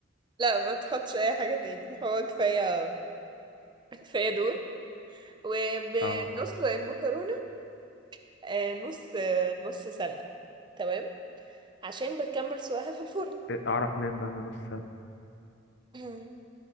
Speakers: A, on the right; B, on the left.
A: لا ما تحطش أي حاجة تاني هو كفاية كفاية دول وبنسلق
B: اه
A: المكرونة آه، نص آه، نص سلقة تمام عشان بتكمل سواها في الفرن
B: إيه، اعرف منين بقى ان انا نص سلق؟
A: <clears throat>